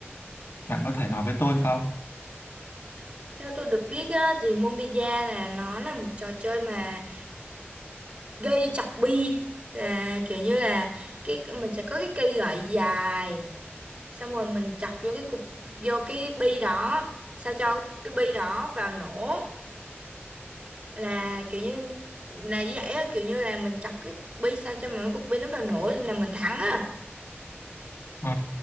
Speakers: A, on the left (about 65°); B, on the right (about 30°).
A: Bạn có thể nói với tôi không?
B: Theo tôi được biết á, thì Mobiza là nó là một trò chơi mà gây chọc bi là kiểu như là cái mình sẽ có cái cây gậy dài xong rồi mình chọc vô cái cục vô cái bi đó sao cho cái bi đó vào nổ là kiểu như là như vậy á kiểu như là mình chọc cái cục bi sao cho mà cái cục bi nó vào nổ là mình thắng á
A: Ừ.